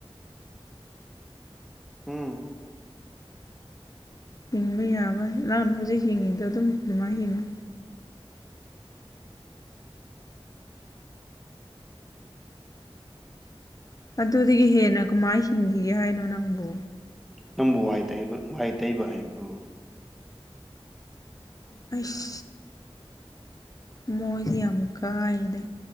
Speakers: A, in the centre; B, on the left.
A: ꯎꯝ
B: ꯍꯤꯡꯕ ꯌꯥꯕ ꯅꯪ ꯍꯧꯖꯤꯛ ꯍꯤꯡꯉꯤꯗꯣ ꯑꯗꯨꯝ ꯑꯗꯨꯃꯥꯏꯅ ꯍꯤꯡꯉꯣ ꯑꯗꯨꯗꯒꯤ ꯍꯦꯟꯅ ꯀꯃꯥꯏ ꯍꯤꯡꯈꯤꯒꯦ ꯍꯥꯏꯅꯣ ꯅꯪꯕꯨ
A: ꯅꯪꯕꯨ ꯋꯥꯏ ꯇꯧꯕ ꯋꯥꯏ ꯇꯩꯕ ꯍꯩꯕ꯭ꯔꯣ
B: ꯑꯩꯁ ꯃꯣꯏꯗꯤ ꯌꯥꯝ ꯀꯥꯏꯗ